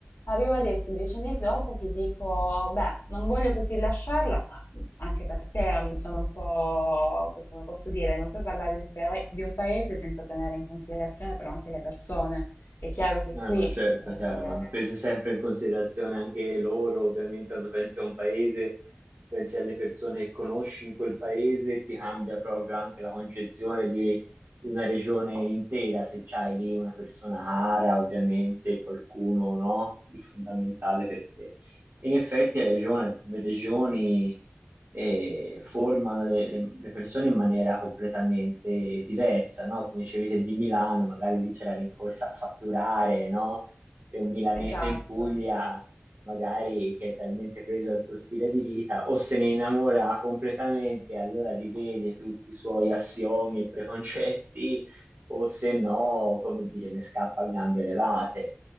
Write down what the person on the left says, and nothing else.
Arrivo adesso, 10 anni dopo, che dico, beh, non voglio così lasciarla, ma anche perché mi sono un po', come posso dire, non puoi parlare di un, pa- di un paese senza tenere in considerazione però anche le persone. È chiaro che
qui,
eh,
esatto.